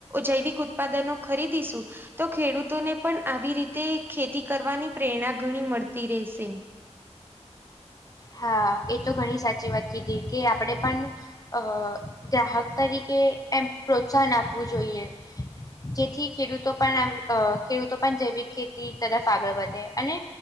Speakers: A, on the right (about 15°); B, on the left (about 30°).
A: જૈવિક ઉત્પાદનો ખરીદીશું તો ખેડૂતોને પણ આવી રીતે ખેતી કરવાની પ્રેરણા ઘણી મળતી રહેશે.
B: હા, એ તો ઘણી સાચી વાત કીધી કે આપડે પણ હ ગ્રાહક તરીકે એમ પ્રોત્સાહન આપવું જોઈએ. જેથી ખેડૂતો પણ આમ અહ ખેડૂતો પણ જૈવિક ખતી તરફ આગળ વધે અને